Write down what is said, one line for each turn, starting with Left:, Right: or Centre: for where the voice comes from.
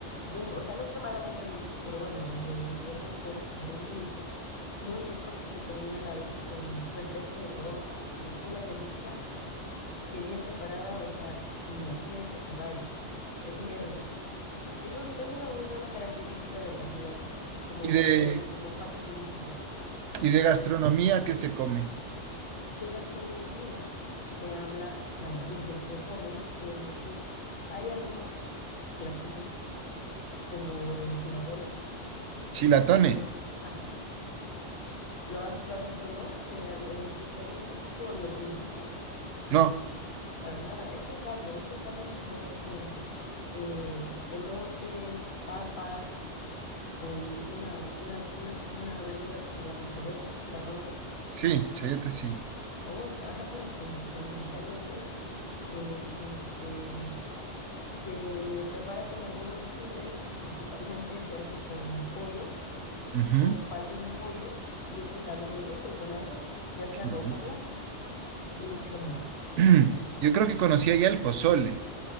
Left: muy, o sea, no extremadamente dulces, pero bueno, dentro de su nivel de alcohol, muy dulces, muy ricos que se combinan a veces con refresco de toronja y es una delicia que bien preparada, o sea, ni la sientes y bye, <laughs> te pierdes. Es un, es una muy buena característica de la ciudad como,
Right: ¿Y de,
Left: eh, como parte turística.
Right: y de gastronomía qué se come?
Left: De gastronomía se habla, se habla, lo siento, se comen, eh, pues hay algunos platillos como el chilatole,
Right: ¿Chilatone?
Left: que es, ajá, ¿lo has, lo te sonó en, al- en tu estadía en México? ¿Lo conociste?
Right: No,
Left: Para nada, es un caldo, es un caldo que se hace con eh, elote, papa, con una, una, una, una verdura que se llama chayote, ¿la conoces?
Right: sí, chayate sí.
Left: O, cha- ajá, bueno, con, con el chayote, eh, que este Se prepara con algunos chiles y principalmente se hace con pollo,
Right: Ujú.
Left: con partes de pollo, y es un caldo muy rico y con arroz, ya sea
Right: Qué
Left: rojo
Right: rico.
Left: o blanco, y mucho limón.
Right: <clears throat> Yo creo que conocía ya el pozole.